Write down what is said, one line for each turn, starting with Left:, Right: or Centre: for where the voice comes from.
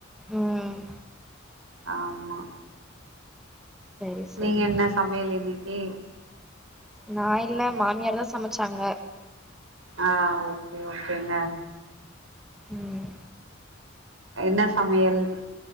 Centre: ம்
Right: ஆமா
Centre: சரி சரி
Right: நீங்க என்ன சமையல் இன்னைக்கி
Centre: நான் இல்ல மாமியார் தான் சமைச்சாங்க
Right: ஆஹ் ஓகே ஓகேங்க
Centre: ம்
Right: என்னா சமையல்